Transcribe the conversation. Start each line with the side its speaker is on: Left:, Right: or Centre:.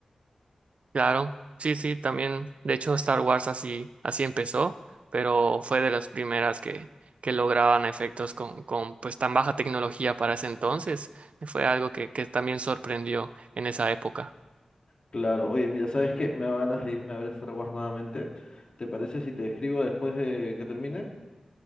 Right: Claro, sí, sí, también. De hecho, Star Wars así, así empezó, pero fue de las primeras que, que lograban efectos con, con pues tan baja tecnología para ese entonces. Fue algo que, que también sorprendió en esa época.
Left: Claro, oye, mira, ¿sabes qué? Me da ganas de irme a ver Star Wars nuevamente. ¿Te parece si te escribo después de que termine?